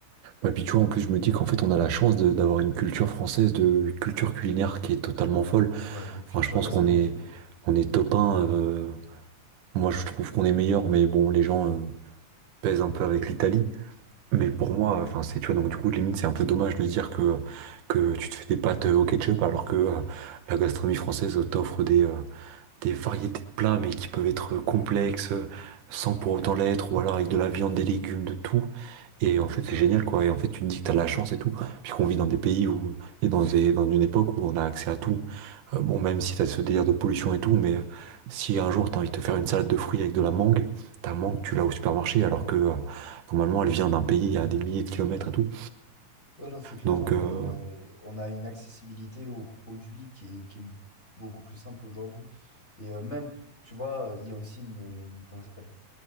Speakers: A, on the right (about 80°); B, on the left (about 30°).
A: Et puis tu vois, en plus, je me dis qu'en fait, on a la chance de- d'avoir une culture française de culture culinaire qui est totalement folle.
B: Ouais, notre
A: Enfin,
B: culture
A: je pense
B: gastronomique
A: qu'on est,
B: est folle, ouais.
A: on est top un. euh, moi, je trouve qu'on est meilleur, mais bon, les gens euh, pèsent un peu avec l'Italie. Mais
B: Hmm.
A: pour moi, enfin, c'est, tu vois, donc du coup, limite, c'est un peu dommage de dire que, que tu te fais des pâtes euh, au ketchup alors que euh, la gastronomie française t'offre des, euh, des variétés de plats, mais qui peuvent être complexes, euh, sans pour autant l'être, ou alors avec de la viande, des légumes, de tout. Et en fait, c'est
B: Ouais.
A: génial, quoi. Et en fait, tu te dis que t'as de la chance et tout. Puis qu'on vit dans des pays où, et dans des, dans une époque où on a accès à tout. Euh, bon, même si t'as ce délire de pollution et tout, mais euh, si un jour t'as envie de te faire une salade de fruits avec de la mangue, ta mangue, tu l'as au supermarché, alors que euh, normalement, elle vient d'un pays à des milliers de kilomètres et tout.
B: Ouais, non, c'est clair
A: Donc,
B: qu'on
A: euh,
B: a une, euh, on a une accessibilité aux produits qui est, qui est beaucoup plus simple aujourd'hui. Et euh, même, tu vois, il y a aussi une, euh, comment ça s'appelle?